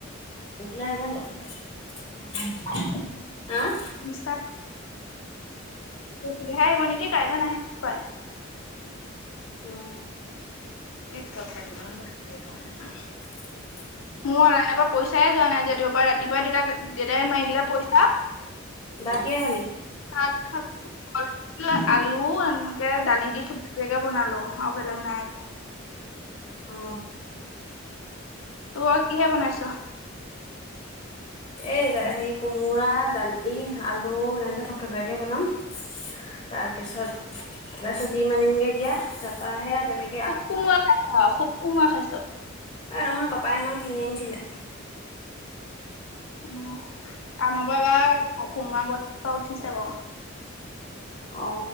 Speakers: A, on the left; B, on the left.
A: পৰসিলে আহিব নেকি আহ
B: শুনিছা পৰখিলে আহিব নেকি কাইলে নাহে হপায়
A: উম
B: হেক কঠা ইমান বাৰ আহিব পাৰা নাই নে?
A: <inaudible>
B: মোৰ অনলাইনৰ পৰা পইচাই যোৱা নাই যে ৰাতিপুৱাৰ পৰা ৰাতিপুৱাই দেউতাক দেউতাই মাৰি দিলে পইচা
A: ভাত কিহেৰে খালি?
B: ভাত খা <unintelligible> আলু এনেকে দালি দি থুপুপিয়াকে বনালো আও বেলেগ নাই একো
A: অ
B: তোৰ আও কিহে বনাইছ?
A: এই হে কোমোৰা দালি আলু এনেকে থপ থপিয়াকে বনাম তাৰপিছত তাৰপিছত দিম আনিমগে এতিয়া তাৰপা সেয়া তেনেক।
B: খুব কোমোৱা খাইছ খুব কোমোৱা খাইছ
A: এ নহয় পাপাই সেইদিনাখনি কিনি আনিছিলে
B: অ আমাৰ পাপাই কোমৰা গছ জোপা উঠিছে বাও
A: অ